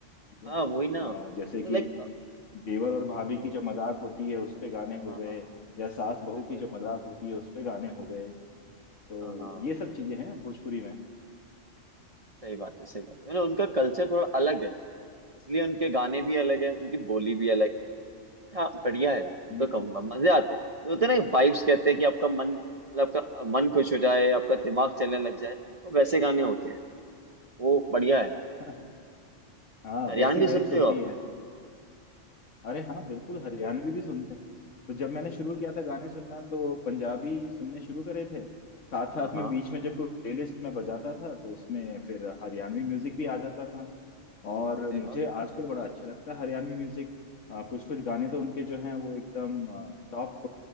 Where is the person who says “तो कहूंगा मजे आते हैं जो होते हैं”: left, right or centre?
Right